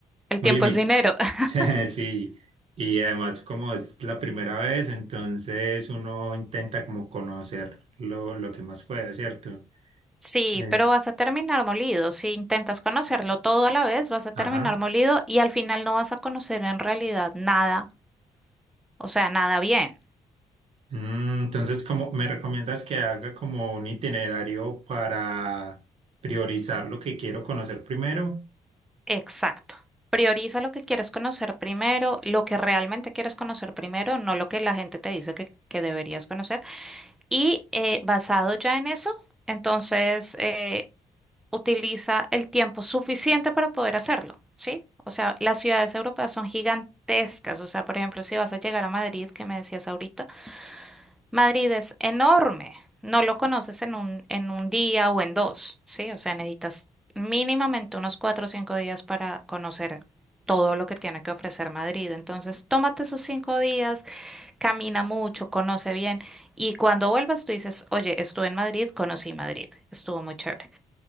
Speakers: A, in the centre; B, on the right.
A: El
B: muy
A: tiempo
B: limitado.
A: es dinero. <laughs>
B: <laughs> Sí, y además como es la primera vez, entonces uno intenta como conocer lo, lo que más pueda, ¿cierto?
A: Sí,
B: Eh,
A: pero vas a terminar molido. Si intentas conocerlo todo a la vez, vas a terminar
B: ajá.
A: molido y al final no vas a conocer en realidad nada, o sea, nada bien.
B: Mm, entonces, como me recomiendas que haga como un itinerario para priorizar lo que quiero conocer primero?
A: Exacto. Prioriza lo que quieres conocer primero, lo que realmente quieres conocer primero, no lo que la gente te dice que, que deberías conocer. Y eh, basado ya en eso, entonces eh, utiliza el tiempo suficiente para poder hacerlo, ¿sí? O sea, las ciudades europeas son gigantescas. O sea, por ejemplo, si vas a llegar a Madrid, que me decías ahorita, Madrid es enorme. No lo conoces en un, en un día o en dos, ¿sí? O sea, necesitas mínimamente unos cuatro o cinco días para conocer todo lo que tiene que ofrecer Madrid. Entonces, tómate esos cinco días camina mucho, conoce bien y cuando vuelvas tú dices, oye, estuve en Madrid, conocí Madrid, estuvo muy chévere.